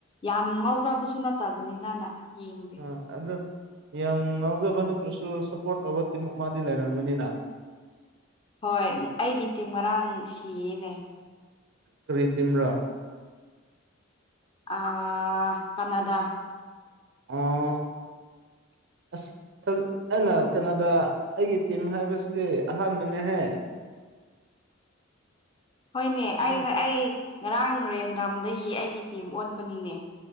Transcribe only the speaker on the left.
ꯌꯥꯝ ꯉꯥꯎꯖꯕꯁꯨ ꯅꯠꯇꯕꯅꯤꯅꯅ ꯌꯦꯡꯗꯦ
ꯍꯣꯏ ꯑꯩꯒꯤ ꯇꯤꯝ ꯉꯥꯡ ꯁꯤꯌꯦꯅꯦ
ꯑ ꯀꯅꯥꯗꯥ
<inaudible>
ꯍꯣꯏꯅꯦ ꯑꯩ
ꯑꯩ ꯉꯔꯥꯡ ꯔꯦꯟꯗꯝꯗꯒꯤ ꯑꯩꯒꯤ ꯇꯤꯝ ꯑꯣꯟꯕꯅꯤꯅꯦ